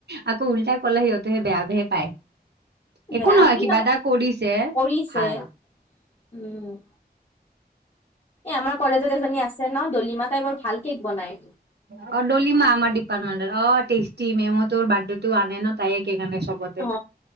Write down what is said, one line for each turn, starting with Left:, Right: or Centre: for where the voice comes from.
Right: আকৌ উল্টা কলে সিহঁতেহে বেয়া ভে পায়। একো
Left: বেয়া
Right: নহয়
Left: বুলি
Right: কিবা এটা কৰিছে
Left: কৰিছে
Right: ভাল।
Left: উম এ আমাৰ কলেজত এজনী আছে ন ডলিমা তাই বৰ ভাল কেক বনাই।
Right: <unintelligible> অ ডলিমা আমাৰ ডিপাৰ্টেণ্ট অ টেষ্টি মেম হতৰ বাৰ্থডে টো আনে ন তাইয়ে কেক আনে চবত
Left: অ